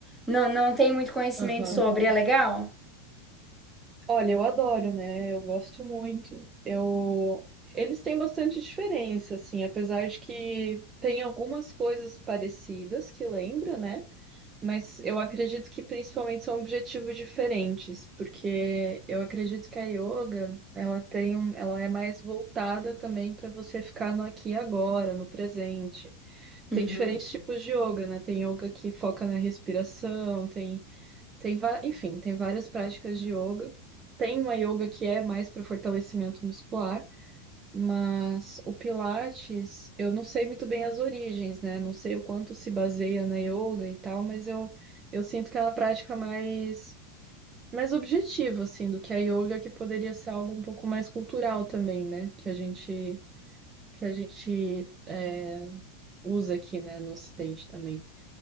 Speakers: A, in the centre; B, on the right.
A: não, não tenho muito conhecimento
B: Aham.
A: sobre. É Uhum. legal?
B: Olha, eu adoro, né? Eu gosto muito. Eu... Eles têm bastante diferença, assim, apesar de que tem algumas coisas parecidas que lembra, né? Mas eu acredito que principalmente são objetivos diferentes, porque eu acredito que a yoga, ela tem um... ela é mais voltada também para você ficar no aqui e agora, no presente. Tem
A: Uhum.
B: diferentes tipos de yoga, né? Tem yoga que foca na respiração, tem Tem, va- enfim, tem várias práticas de yoga. Tem uma yoga que é mais para fortalecimento muscular, mas o Pilates, eu não sei muito bem as origens, né? Não sei o quanto se baseia na yoga e tal, mas eu, eu sinto que é uma prática mais, mais objetiva, assim, do que a yoga, que poderia ser algo um pouco mais cultural também, né? Que a gente, que a gente é, usa aqui, né, no Ocidente também.